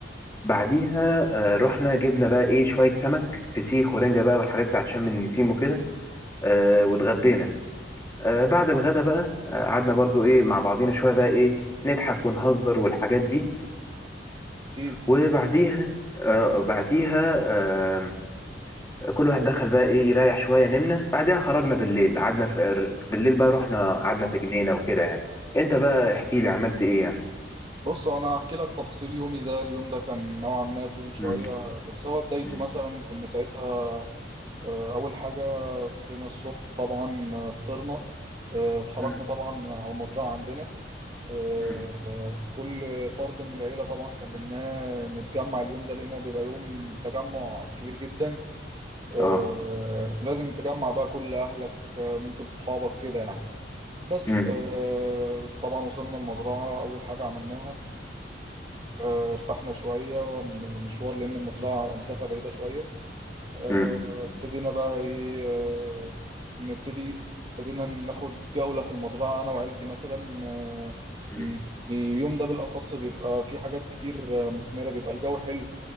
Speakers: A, on the left (about 15°); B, on the right (about 30°).
A: بعديها آه، رحنا جبنا بقى ايه شويه سمك فسيخ ورنجه بقى والحاجات بتاعت شم النسيم وكده آه، واتغدينا آه، بعد الغدا بقى آه، قعدنا برضو ايه مع بعضينا شويه بقى ايه نضحك ونهزر والحاجات دي
B: اكيد
A: وبعديها آه بعديها آه كل واحد دخل بقى ايه يريح شويه نمنا بعديها خرجنا بالليل قعدنا في بالليل بقى رحنا قعدنا في جنينه وكده يعني انت بقى احكي لي عملت ايه يعني
B: بص انا هحكي لك تفاصيل يومي ده اليوم ده كان نوعا ما طويل شوية
A: مم.
B: بس هو بدايته
A: مم.
B: مثلا كنا ساعتها آه، أول حاجة صحينا الصبح طبعا آه، فطرنا آه، اتحركنا
A: مم.
B: طبعا على المزرعة عندنا آه،
A: مم.
B: كل فرد من العيلة طبعا كلمناه نتجمع اليوم ده لأنه بيبقى يوم تجمع كبير جدا آه،
A: اه
B: لازم تجمع بقى كل أهلك آه، ممكن صحابك كده يعني بس
A: مم.
B: آه، طبعا وصلنا المزرعة أول حاجة عملناها آه، ارتحنا شوية من المشوار لأن المزرعة على مسافة بعيدة شوية آه،
A: مم.
B: ابتدينا بقى ايه آه، نبتدي ابتدينا ناخد جولة في المزرعة أنا وعيلتي مثلا آه،
A: مم.
B: م- اليوم ده بالأخص بيبقى فيه حاجات كتير آه، مثمرة بيبقى الجو حلو